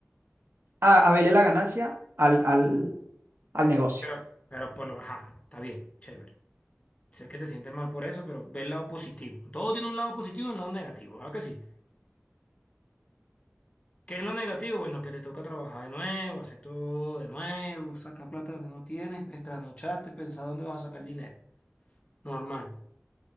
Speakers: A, on the right; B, on the left.
A: a, a verle la ganancia al, al, al negocio.
B: Pero, pero por lo ajá, está bien, chévere. Sé que te sientes mal por eso, pero ve el lado positivo. Todo tiene un lado positivo y un lado negativo, ¿verdad que sí? ¿Qué es lo negativo? Bueno, que te toca trabajar de nuevo, hacer todo de nuevo, sacar plata donde no tienes, extranocharte, pensar dónde vas a sacar el dinero. Normal.